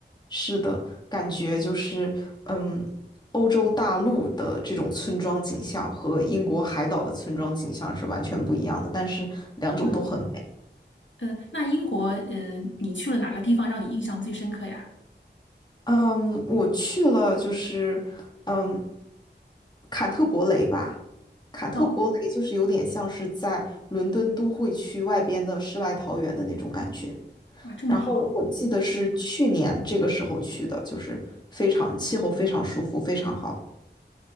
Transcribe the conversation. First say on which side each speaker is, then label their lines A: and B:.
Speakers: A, on the left; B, on the left.
A: 是的，感觉就是，嗯，欧洲大陆的这种村庄景象和英国海岛的村庄景象是完全不一样的，但是两种都很美。
B: 嗯呃，那英国呃，你去了哪个地方让你印象最深刻呀？
A: 嗯，我去了，就是，嗯，坎特伯雷吧，坎特伯雷就是有点像是在伦敦都会区外边的世外桃源的那种感觉。
B: 哦，哇，这么好，
A: 然后我记得是去年这个时候去的，就是非常气候非常舒服，非常好。